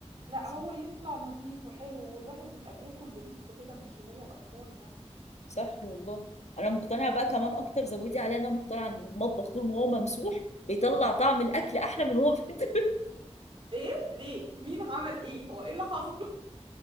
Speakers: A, on the right; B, on the left.
A: لا
B: صح,
A: هو يطلع نظيف وحلو والواحد يبقى بياكل بنفس كده مش وهو قرفان يعني
B: صح والله انا مقتنعه بقى كمان اكتر زودي عليها انا مقتنعه ان المطبخ طول ما هو ممسوح بيطلع طعم الاكل احلى من هو <laughs>
A: ايه ليه مين عمل ايه هو ايه اللي حصل